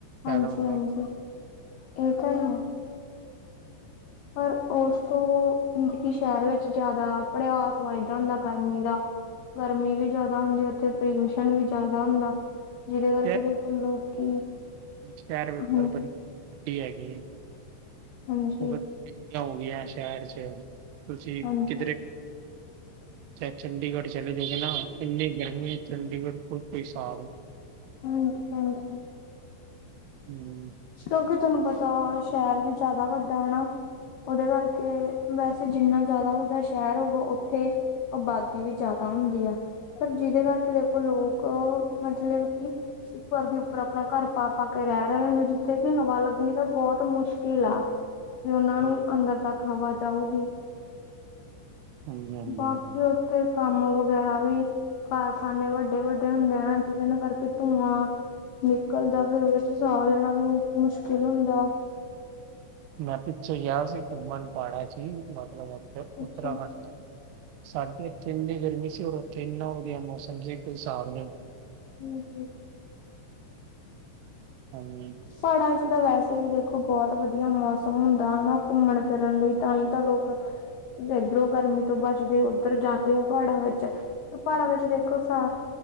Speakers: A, on the right; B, on the left.
A: ਫਾਇਦਾ
B: ਹਾਂਜੀ-ਹਾਂਜੀ,
A: ਹੁੰਦਾ
B: ਇਹ ਤਾਂ ਹੈ। ਪਰ ਉਸ ਤੋਂ, ਜਦ ਕਿ ਸ਼ਹਿਰ ਵਿੱਚ ਜ਼ਿਆਦਾ ਪੜਿਆਸ ਵਜਦਾ ਹੁੰਦਾ ਗਰਮੀ ਦਾ। ਗਰਮੀ ਵੀ ਜ਼ਿਆਦਾ ਹੁੰਦੀ, ਉੱਥੇ ਪ੍ਰਲਿਉਸ਼ਣ ਵੀ ਜ਼ਿਆਦਾ ਹੁੰਦਾ। ਜਿਹਦੇ ਕਰਕੇ
A: ਤੇ
B: ਦੇਖੋ ਲੋਕੀ
A: ਸ਼ਹਿਰ ਵਿੱਚ
B: ਹਾਂਜੀ
A: ਤਾਂ, ਬੜੀ ਗਰਮੀ ਹੈਗੀ ਐ।
B: ਹਾਂਜੀ
A: <unintelligible> ਹੋ ਗਈਆਂ ਸ਼ਹਿਰ 'ਚ ਤੁਸੀਂ
B: ਹਾਂਜੀ
A: ਕਿਧਰੇ
B: <inaudible>
A: ਚੇ ਚੰਡੀਗੜ੍ਹ ਚਲੇ ਜੋਗੇ ਨਾ, ਇੰਨੀ ਗਰਮੀ ਚੰਡੀਗੜ੍ਹ ਕੋਈ ਸਾਬ
B: ਹਾਂਜੀ-ਹਾਂਜੀ।
A: ਹੂੰ,
B: ਕਿਉਂਕਿ ਤੁਹਾਨੂੰ ਪਤਾ, ਸ਼ਹਿਰ ਵੀ ਜ਼ਿਆਦਾ ਵੱਡਾ ਹਨਾ। ਉਹਦੇ ਕਰਕੇ, ਵੈਸੇ ਜਿੰਨਾ ਜ਼ਿਆਦਾ ਵੱਡਾ ਸ਼ਹਿਰ ਹੋਊਗਾ ਉੱਥੇ ਆਬਾਦੀ ਵੀ ਜ਼ਿਆਦਾ ਹੁੰਦੀ ਆ, ਫਿਰ ਜਿਹਦੇ ਕਰਕੇ ਦੇਖੋ ਲੋਕ ਉਹ ਮਤਲਬ ਕਿ, ਉੱਪਰ ਦੀ ਉੱਪਰ ਆਪਣਾ ਘਰ ਪਾ-ਪਾ ਕੇ ਰਹਿ ਰਹਿ ਹੁੰਦੇ ਜ ਕਿਉਕਿ ਹਵਾ ਲੱਗਣੀ ਤਾਂ ਬਹੁਤ ਮੁਸ਼ਕਿਲ ਆ, ਵੀ ਉਹਨਾਂ
A: ਹਾਂਜੀ
B: ਨੂੰ ਅੰਦਰ ਤੱਕ ਹਵਾ ਜਾਊਗੀ,
A: ਹਾਂਜੀ
B: ਬਾਕੀ
A: ਹਾਂਜੀ
B: ਫੇਰ ਕੰਮ ਵਗੈਰਾ ਵੀ ਕਾਰਖਾਨੇ ਵੱਡੇ-ਵੱਡੇ ਹੁੰਦੇ ਹਨ, ਜਿਹਨਾਂ ਕਰਕੇ ਧੂੰਆਂ ਨਿਕਲਦਾ ਫੇਰ ਉਹਦੇ 'ਚ ਸਾਹ ਲੈਣਾ ਵੀ ਮੁਸ਼ਕਿਲ ਹੁੰਦਾ।
A: ਮੈਂ ਪਿੱਛੇ ਗਿਆ ਸੀ ਘੁੰਮਣ ਪਾੜਾ 'ਚ ਹੀ, ਮਤਲਬ ਉੱਤਰਾਖੰਡ
B: ਅੱਛਾ
A: ਸਾਡੇ ਏਥੇ ਇੰਨੀ ਗਰਮੀ ਸੀ, ਉੱਥੇ ਇਹਨਾ ਵਧੀਆ ਮੌਸਮ ਸੀ ਕੋਈ ਸਾਬ ਨੀ।
B: ਹੂੰ-ਹੂੰ,
A: ਹਾਂਜੀ।
B: ਪਾੜਾਂ ਚ ਤਾਂ ਵੈਸੇ ਵੀ ਦੇਖੋ ਬੌਤ ਵਧੀਆ ਮੌਸਮ ਹੁੰਦਾ ਹਨਾ ਘੁੰਮਣ ਫਿਰਨ ਲਈ ਤਾਂ ਈ ਤਾਂ ਲੋਕ ਏਧਰੋਂ ਗਰਮੀ ਤੋਂ ਬਚਦੇ ਓਧਰ ਜਾਂਦੇ ਔ ਪਾੜਾਂ ਵਿੱਚ। ਅ ਪਾੜਾਂ ਵਿੱਚ ਦੇਖੋ ਸਾਰ